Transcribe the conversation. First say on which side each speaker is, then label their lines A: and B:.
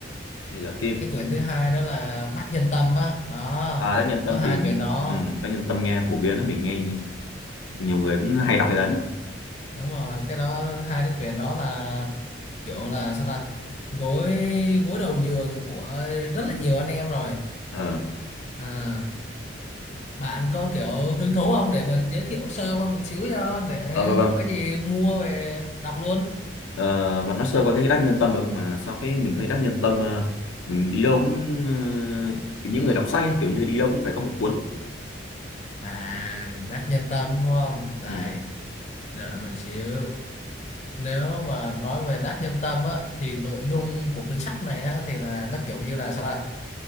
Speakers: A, on the left; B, on the left.
A: nghe giá kim
B: cái quyển thứ hai đó là đắc nhân tâm á đó
A: à Đắc Nhân Tâm
B: có hai
A: thì mình
B: quyển đó
A: ừ, Đắc Nhân Tâm nghe phổ biến là mình nghe nhiều, nhiều người cũng hay đọc cái đấy
B: đúng rồi cái đó hai cái quyển đó là kiểu là sao ta gối gối đầu giường của rất là nhiều anh em rồi
A: ờ
B: à Bạn có kiểu hứng thú không để mình giới thiệu sơ qua một xíu cho để
A: ờ và và
B: có gì mua về đọc luôn.
A: ờ, bạn nói sơ qua cái Đắc Nhân Tâm được mà sao cái mình thấy Đắc Nhân Tâm ờ, mình đi đâu cũng ờ, kiểu những
B: Ừ.
A: người đọc sách ấy, kiểu như đi đâu cũng phải có một cuốn
B: À, rác nhân tâm đúng không? Đây,
A: ừ
B: đợi mình xíu. nếu mà nói về đắc nhân tâm á thì nội dung của cuốn sách này á thì là nó kiểu như là sao là